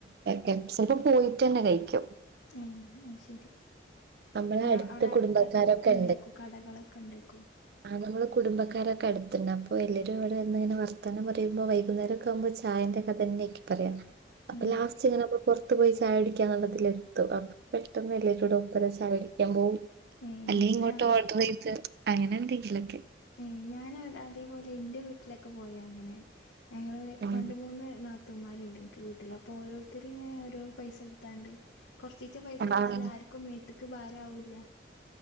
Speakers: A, on the right (about 55°); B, on the left (about 85°).
A: കെഫ് സി ഒക്കെ പോയിട്ടന്നെ കഴിക്കും.
B: ഏ അത് ശരി.
A: നമ്മളെ
B: പിന്നെ
A: അടുത്ത
B: അവിടെ
A: കുടുംബക്കാരൊക്കെ
B: അടുത്തൊക്കെ ണ്ടേക്കും കടകളൊക്കെണ്ടേക്കും.
A: ആ നമ്മള് കുടുംബക്കാരൊക്കെ അടുത്തുണ്ട് അപ്പോ എല്ലരുംവിടെരുന്നങ്ങന വർത്താനം പറയുമ്പോ വൈകുന്നേരം ഒക്കാകുമ്പോ ചായ ന്റെ കഥന്നെയാരിക്കും പറയാ അപ്പൊ
B: ഏഹ്
A: ലാസ്റ്റിങ്ങനെ പുറത്തു പോയി ചായ കുടിക്കന്നൊള്ളതിൽ എത്തും അപ്പൊ പെട്ടെന്ന് എല്ലേരൂടെ ഒപ്പര ചായുടിക്കാൻ പോകും.
B: ഏഹ്
A: അല്ലെ
B: അത്
A: ഇങ്ങോട്ട്
B: ശരി ആഹ്
A: ഓഡറ് ചെയ്ത് അങ്ങനെ എന്തെങ്കിലൊക്കെ.
B: ഏ ഞാൻ അ അതേപോലെ ഇന്റെ വീട്ടിലൊക്കെ പോയ അങ്ങനെയാ. ഞങ്ങള്
A: ഉം
B: രണ്ട് മൂന്ന് നാത്തൂന്മാരുണ്ട് എൻക്ക് വീട്ടില് അപ്പൊ ഓരോരുത്തർ ഇങ്ങനെ ഓരോ പൈസ എടുത്താണ്ട് കൊറച്ചീച്ചേ പൈസ എടുത്താലാർക്കും
A: ആഹ്
B: മേത്തക്ക് ഭാരാവില്ല.